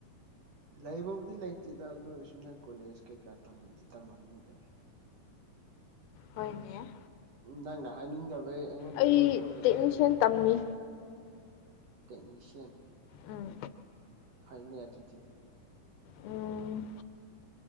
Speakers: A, on the right; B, on the left.
A: ꯂꯩꯕꯕꯨꯗꯤ ꯂꯩꯇꯦꯗ ꯑꯗꯨ ꯑꯣꯏꯔꯁꯨ ꯅꯪ ꯀꯣꯂꯦꯖ ꯀꯩꯀꯥꯗꯤ ꯇꯝꯃꯝꯅꯤꯗꯅ
B: ꯍꯣꯏꯅꯦ
A: ꯎꯝ ꯅꯪꯅ ꯍꯥꯏꯅꯤꯡꯗꯕꯩ ꯑꯩꯉꯣꯟꯗ
B: ꯑꯩ
A: ꯂꯣꯠꯄ ꯑꯣꯏꯔꯝꯃꯗꯤ
B: ꯇꯦꯛꯅꯤꯁꯤꯌꯥꯟ ꯇꯝꯃꯤ
A: ꯇꯦꯛꯅꯤꯁꯤꯌꯥꯟ
B: ꯎꯝ
A: ꯐꯩꯅꯦ ꯑꯗꯨꯗꯤ
B: ꯎꯝ